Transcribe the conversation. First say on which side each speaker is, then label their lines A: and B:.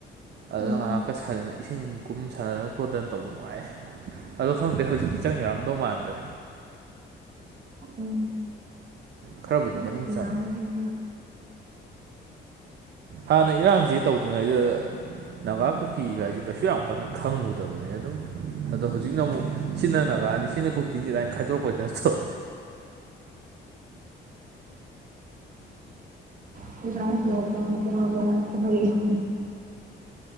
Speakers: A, on the right; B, on the right.
A: ꯑꯗꯨꯅ
B: ꯎꯝ
A: ꯉꯥꯏꯍꯥꯛ ꯄꯀꯠ ꯁꯥꯗꯅ ꯏꯁꯤꯡ ꯀꯨꯝ ꯁꯥꯟꯅꯗꯅ ꯈꯣꯠꯇꯅ ꯇꯧꯕ ꯅꯨꯡꯉꯥꯏꯦ ꯑꯗꯣ ꯈꯪꯗꯦ ꯍꯧꯖꯤꯛꯇꯤ ꯆꯪ ꯌꯥꯔꯝꯗꯧ ꯃꯥꯟꯗ꯭ꯔꯦ
B: ꯎꯝ
A: ꯈꯔꯕꯨꯗꯤ
B: ꯂꯥꯡ
A: ꯃꯅꯨꯡ ꯆꯪꯉꯦ ꯍꯥꯟꯅ ꯏꯔꯥꯡꯁꯦ ꯇꯧꯗ꯭ꯔꯤꯉꯩꯗ ꯅꯥꯪꯒꯥ ꯀꯨꯀꯤ ꯍꯥꯏꯁꯤꯦ ꯀꯩꯁꯨ ꯌꯥꯝ ꯀꯟꯅ ꯈꯪꯉꯨꯗꯕꯅꯦ ꯑꯗꯨꯝ ꯑꯗꯣ ꯍꯧꯖꯤꯛꯅ ꯑꯃꯨꯛ ꯁꯤ ꯅꯅꯥ ꯀꯅꯤ ꯁꯤꯅ ꯀꯨꯀꯤꯅꯤ ꯑꯗꯨꯥꯏꯅ ꯈꯥꯏꯗꯣꯔꯛꯄꯣꯏꯗ ꯇꯧꯑ
B: <unintelligible>